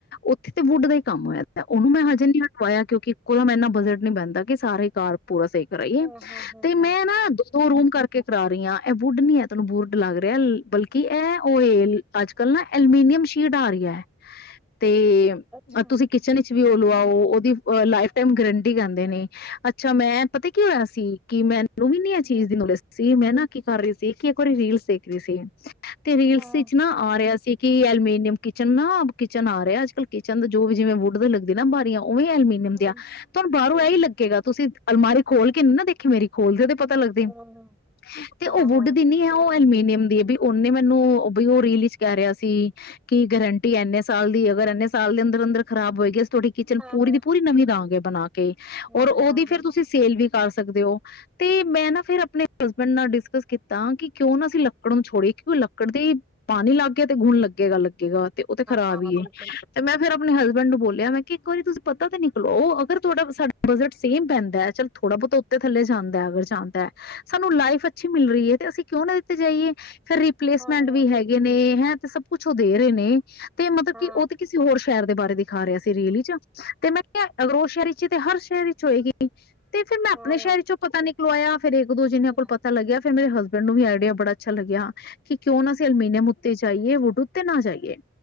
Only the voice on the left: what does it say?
ਉੱਥੇ ਤੇ ਵੁਡ
ਦਾ ਹੀ ਕੰਮ ਹੋਇਆ ਤੇ ਉਹਨੂੰੈਂ ਹਜੇ ਨਹੀਂ ਹਟਵਾਇਆ ਕਿਉਂਕਿ ਇੱਕੋਂ ਮੈਂ ਇੰਨਾ ਬਜਟ ਨੀ ਬਹਿੰਦਾ ਕਿ ਸਾਰੇ ਘਰ ਪੂਰਾ ਸਹੀ ਕਰਾਈਏ
ਤੇ ਮੈਂ
ਨਾੋ ਦੋ ਰੂਮ ਕਰਕੇ ਕਰਾ ਰਹੀਆਂ ਇਹ ਵੁਡ ਨੀ ਹੈ ਤੁਹਨੂੰ ਵੁਡ ਲੱਗ ਰਿਹਾ ਬਲਕਿ ਇਹ ਓ ਏ ਅੱਜ ਕੱਲ ਨਾ ਅਲਮੀਨੀਅਮ ਸ਼ੀਟ ਆ ਰਹੀ ਹੈ ਤੇ
ਤੁਸੀਂ ਕਿਚਨ ਵਿੱਚ ਵੀ ਹੋ ਲਵਾਓ ਉਹਦੀ ਲਾਈਫ ਟਾਈਮ ਗਰੰਟੀ ਕਹਿੰਦੇ ਨੇ ਤਾਂ ਮੈਂ ਪਤਾ ਕੀ ਹੋਇਆ ਸੀ ਕਿ ਮੈਂ ਉਹ ਵੀ ਅਨਿਆ
ਚੀਜ਼ ਦੀ ਨੋਲੇਜ ਇਹ ਮੈਂ ਨਾ ਕੀ ਕਰ ਰਹੀ ਸੀ ਕਿ ਇੱਕ ਵਾਰੀ ਰੀਲ ਦੇਖ ਰਹੀ ਸੀ ਤੇ ਰੀਲ
ਸੇ ਚ ਨਾ ਆ ਰਿਹਾ ਸੀ ਕੀ ਐਲਮੇਨੀਅਮ ਕਿਚਨ ਨਾ ਕਿਚਨ ਆ ਰਿਹਾ ਅੱਜ ਕੱਲ ਕਿ ਚੰਨ ਜੋ ਵੀ ਜਿਵੇਂ ਵੁੱਡ ਦੇ ਲੱਗਦੇ ਨੀ ਬਾਰਿਆ ਉਹ ਵੀ ਐਲਮੀਨੀਅਮ
ਦੇ ਆ ਤੁਹਾਨੂੰ ਇਹੀ ਲੱਗੇਗਾ ਤੁਸੀਂ ਅਲਮਾਰੀ ਖੋਲ ਕੇ ਨਾ ਦੇਖੀ ਮੇਰੀ ਕੋਲ ਦੇ ਪਤਾ ਲੱਗਦੀਆਂ
ਤੇ
ਉਹ ਵੁੱਡ
ਦੀ ਨਹੀਂ ਹੈ ਉਹ ਐਲੀਮਿਨੀਅਮ ਹੁੰਦੀ ਹ ਵੀ ਉਹਨੇ ਮੈਨੂੰ ਰਿਲੀਜ਼ ਕਹਿ ਰਿਹਾ ਸੀ ਕਿ ਗਰੰਟੀ ਇੰਨੇ ਸਾਲ ਦੀ ਅਗਰ ਇੰਨੇ ਸਾਲ ਦੇ ਅੰਦਰ ਅੰਦਰ ਖਰਾਬ ਹੋਏਗੀ ਤੁਹਾਡੀ ਕਿਚਨ
ਪੂਰੀ
ਦੀ ਪੂਰੀ ਨਵੀਂ ਦਾਂ ਗੇ ਨਾ <inaudible> ਔਰ
ਉਹ
ਫੇਰ ਤੁਸੀਂ ਸੇਲ ਵੀ ਬਣ ਸਕਦੇ ਹੋ ਤੇ ਮੈਂ ਨਾ ਫਿਰ ਆਪਣੇ ਹਸਬੈਂਡ ਨਾਲ ਡਿਸਕਸ ਕੀਤਾ ਕਿ ਕਿਉਂ ਨਾ ਅਸੀਂ ਲੱਕੜ ਨੂੰ ਛੋੜੇ ਕਿਉਂ ਲੱਕੜ ਦੇ ਪਾਣੀ ਲੱਗ ਗਿਆ ਤੇ ਗੁਣ ਲੱਗੇਗਾ। ਤੇ ਉਹ ਤੇ ਖਰਾਬ
ਹੀ
ਹੈ
ਤੇ ਮੈਂ ਫਿਰ ਆਪਣੇ ਹਸਬੈਂਡ ਨੂੰ ਬੋਲਿਆ ਮੈਂ ਕਿ ਇੱਕ ਵਾਰੀ ਤੁਸੀਂ ਪਤਾ ਤੇ ਨਿਕਲੋ ਅਗਰ ਤੁਹਾਡਾ ਬਜਟ <unintelligible> ਬੰਦਾ ਚਲ ਥੋੜਾ ਬਹੁਤਾ ਉੱਤੇ ਥੱਲੇ ਜਾਂਦਾ ਫਿਰ ਜਾਂਦਾ ਸਾਨੂੰ ਲਾਈਫ ਅੱਛੀ ਮਿਲ ਰਹੀ ਹੈ ਤੇ ਅਸੀਂ ਕਿਉਂ ਨਾ ਦਿੱਤੀ ਜਾਈਏ। ਫੇਰ ਰਿਪਲੇਸਮੈਂਟ
ਵੀ ਹੈਗੇ ਨੇ ਹੈਂ। ਸਭ ਕੁਝ ਉਹ ਦੇ ਰਹੇ ਨੇ। ਮਤਲਬ
ਕਿ ਉਹ ਤੇ ਕਿਸੇ ਹੋਰ ਟਾਇਰ ਦੇ ਬਾਰੇ ਦਿਖਾ ਰਿਹਾ ਸੀ ਰੇਲ ਵਿਚ ਤੇ ਮੈਂ ਰੋਸ਼ਨੀ ਤੇ ਹਰ ਸ਼ੈਰੀ <inaudible> ਤੇ ਫਿਰ ਮੈਂ ਆਪਣੇ
ਸ਼ਹਿਰ ਚੋਂ ਪਤਾ ਨੀ <unintelligible> ਫੇਰ ਇੱਕ ਦੋ ਜਿਨਾਂ
ਕੋਲ ਪਤਾ ਲੱਗਿਆ ਕਹਿੰਦੇ ਹਸਬੈਂਡ ਨੂੰ ਵੀ ਆਈਡੀਆ ਬੜਾ ਅੱਛਾ ਲੱਗਿਆ ਕਿ ਕਿਉਂ ਨਾ ਐਲਮੀਨੀਅਮ ਉੱਤੇ ਜਾਈਏ ਉੱਤੇ ਨਾ ਜਾਈਏ।